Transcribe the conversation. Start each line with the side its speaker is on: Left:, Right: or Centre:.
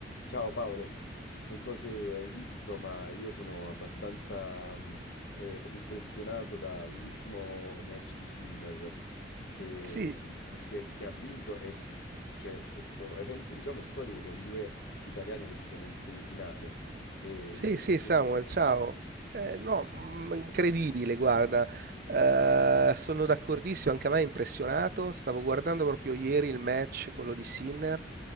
Left: Ciao Paolo, non so se hai visto, ma io sono abbastanza mh, eh, impressionato dall'ultimo match di Sinner che,
Right: Sì,
Left: che- che ha vinto e c'è questo evento, diciamo, storico con due italiani che sono in semifinale. E
Right: sì,
Left: ieri
Right: sì,
Left: sentivo...
Right: Samuel, ciao. Eh, no,
Left: <laughs>
Right: mm, incredibile, guarda. Eh, sono d'accordissimo, anche a me è impressionato. Stavo guardando proprio ieri il match, quello di Sinner.